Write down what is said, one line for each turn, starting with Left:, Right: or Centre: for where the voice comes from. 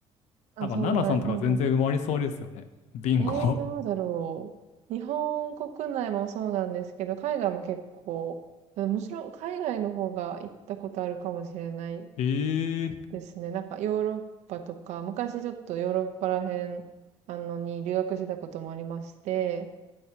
Right: あ、
Left: なんか7さんとか全然埋まりそうですよね。
Right: そうなん、うんうん。
Left: ビンゴ。
Right: えー、どうだろう。日本国内もそうなんですけど、海外も結構、むしろ海外の方が行ったことあるかもしれない
Left: <laughs> ええー。
Right: ですね。なんかヨーロッパとか、昔ちょっとヨーロッパら辺、あの、に留学してたこともありまして、